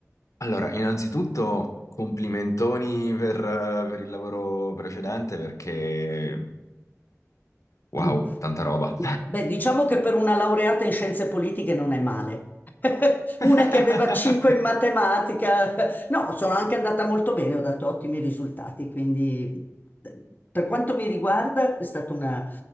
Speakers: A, on the left; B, on the left.
A: Allora, innanzitutto complimentoni per, eh, per il lavoro precedente perché... Wow,
B: <clears throat>
A: tanta roba.
B: Beh, diciamo che per una laureata in scienze politiche non è male. <laughs>
A: <laughs>
B: Una che aveva 5 in matematica. No, sono anche andata molto bene, ho dato ottimi risultati, quindi eh, per quanto mi riguarda è stato una-